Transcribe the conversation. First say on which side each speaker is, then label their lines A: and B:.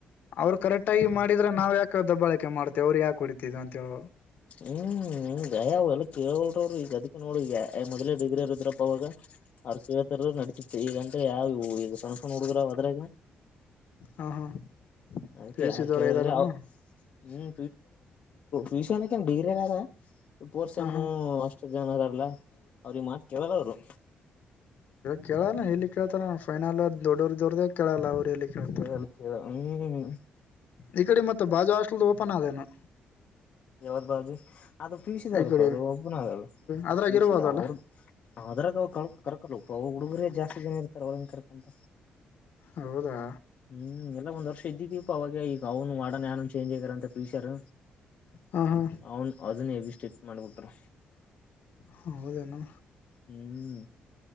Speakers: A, on the left; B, on the left.
A: ಅವ್ರು ಕರೆಕ್ಟ್ ಆಗಿ ಮಾಡಿದ್ರ ನಾವ್ ಯಾಕೆ ದಬ್ಬಾಳಕೆ ಮಾಡ್ತೇವ ಅವ್ರ ಯಕಕ್ ಹೊಡಿತತಿದ ಅಂತ ಹೇಳ
B: ಹ್ಮ್ ಗಯ ಅವ್ ಎಲ್ಲ ಕೇಳಲ್ರ ಈಗ ಅದಿ ನೋಡಿಗ ಮೊದ್ೇ ಡಿಗ್ರಿ ಇರದ್ರಪ್ಪ ಅವಾಗ ಅರ್ ನಡತಿತ್ತು ಈಗಂದ್ರೆ ಯಾವವು ಈಗ ಸಣ್ಣ ಸಣ್ಣ ಹುಡುಗರು್ ಅದ್ರಾಗ
A: ಹ ಹಾ
B: ಅದಕ್ಕೆ
A: ಪಿ ಯು
B: ಯಾರ
A: ಸಿ ದವ್ರ
B: ಕಲ್ಲ
A: ಇದ್ದಾರೇನು
B: ಹ್ಮ್ ್ಯೂ್ಯೂಷನ್ ಡಿಗ್ರಿ ಅಲ್ಲಾರ ಪೋರ್ಸಮ್ಮು
A: ಹ ಹಾ
B: ಅಷ್ಟು ಜನ ಅದಲ್ಲ ಅವ್ರಿಗೆ ಮಾತ್ ಕೇಳಲ್ಲ ಅವರು
A: ಕೇಳಲ್ಲ ಎಲ್ಲಿ ಕೇಳ್ತಾರ ಫೈನಲ್ ದೊಡ್ಡೋ್ರ ದೊರ್ದ ಕೇಳಲ್ಲ ಅವ್ರ ಎಲ್ಲಿ ಕೇಳ್ತಾರ
B: ಕೇಳಲ್ಲ ಕೇಳ ಹ್ಮ್
A: ಈ ಕಡೆ ಮತ್ತೆ ಬಾಜಾ ಹಾಸ್ಟೆಲ್ ಓಪನ್ ಆದೇನು
B: ಯಾವದ್ ಬಾಜು ಅದು ಪೀಸಿದ ಅದ
A: ಕಡೆ
B: ಪ ಅದು ಒಬ್ಬನ ಅದ ಅದು
A: ಅದ್ರಾಗ ಇರ್ಬೋದಲ್ಲ
B: ಷ ಅವ್ರ ಆರಾಗ ಅವ ಕರಕಲ್ಲ ಅವ್ರ ಹುಡುಗರೇ ಜಾತಿ ನ ಇರ್ತಾರೆ ಅವ್ರನ್ ಕರ್ಕಂತ
A: ಹೌದಾ
B: ಹ್ಮ್ ಎಲ್ಲಾ ಒಂದ್ ವರ್ಷ ಇದ್ದಿದೀಪ್ಪ ಅವಾಗ ಈಗ ಅವ್ನು ವಾಡನ್ಾನ ಚೇಂಜ್ ಆಗ್ಯಾರ ಅಂತ ಪೀಸರ್
A: ಹ ಹಾ
B: ಅವನ್ ಅದನ್ನ ಹೆ ಸ್ಟಿಪ್ಸ್ ಮಾಡ್ಬಿಟ್ರ
A: ಹೌದನು
B: ಹ್ಮ್